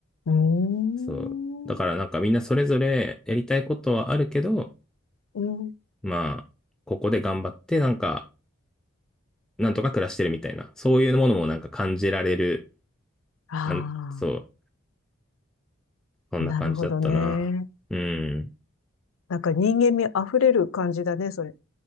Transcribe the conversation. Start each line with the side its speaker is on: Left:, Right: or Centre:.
Left: うーん、
Centre: そう。だからなんかみんなそれぞれやりたいことはあるけど、
Left: うん。
Centre: まあ、ここで頑張って、なんか、なんとか暮らしてるみたいな、そういうものもなんか感じられる、
Left: あ
Centre: あん、そう、そんな感じだったな。
Left: あ、なるほどね。
Centre: うん。
Left: なんか人間味あふれる感じだね、それ。